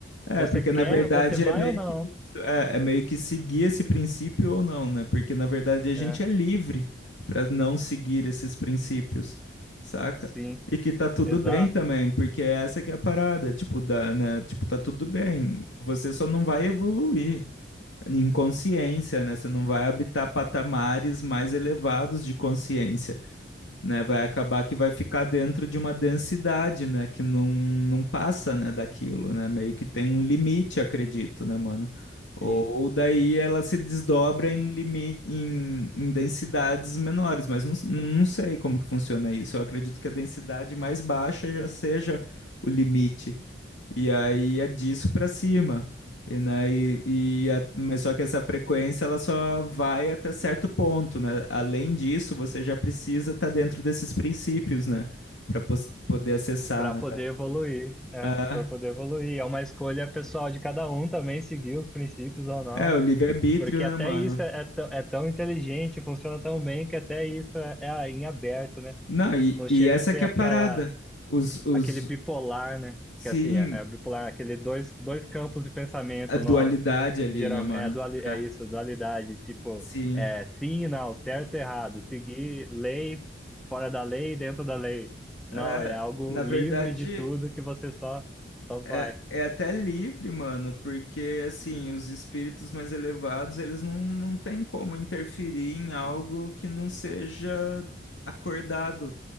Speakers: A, on the left; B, in the centre.
A: É,
B: você
A: porque
B: quer,
A: na verdade
B: você vai
A: é meio
B: ou não.
A: que isso, é, é meio que seguir esse princípio ou não, né? Porque na verdade a gente
B: É,
A: é livre para não seguir esses princípios, saca?
B: sim,
A: E que tá tudo
B: exato,
A: bem também, porque é essa que é a parada, tipo, da, né? Tipo, tá tudo bem. Você só não vai evoluir em consciência, né? Você não vai habitar patamares mais elevados de consciência né? Vai acabar que vai ficar dentro de uma densidade, né? Que não, não passa, né, daquilo, né? Meio que tem um limite, acredito, né, mano? Ou
B: sim,
A: daí ela se desdobra em limite, em, em densidades menores, mas não, não sei como que funciona isso. Eu acredito que a densidade mais baixa já seja o limite, e aí é disso pra cima. E, né, e, e a- mas só que essa frequência ela só vai até certo ponto, né? Além disso, você já precisa estar dentro desses princípios, né? Para poder acessar,
B: para
A: né,
B: poder
A: velho?
B: evoluir, é,
A: Ah,
B: para poder evoluir. É uma escolha pessoal de cada um também, seguir os princípios ou não.
A: é, o livre-arbítrio,
B: Porque
A: né,
B: até
A: mano?
B: isso é, é tão- é tão inteligente, funciona tão bem que até isso é, é em aberto, né?
A: Não, e,
B: Não chega
A: e essa
B: a ser
A: que
B: aquela,
A: é a parada. Os, os,
B: aquele bipolar, né?
A: sim,
B: Que assim, é, é bipolar, aquele dois, dois campos de pensamento,
A: a dualidade
B: nó,
A: ali,
B: geralmente,
A: né, mano?
B: é, duali, é
A: É,
B: isso, dualidade, tipo,
A: sim.
B: é sim e não, certo e errado, seguir lei, fora da lei, dentro da lei. Não,
A: É,
B: é algo
A: na
B: livre
A: verdade.
B: de tudo que você só, só vai.
A: É, é até livre, mano, porque assim, os espíritos mais elevados, eles não, não têm como interferir em algo que não seja acordado,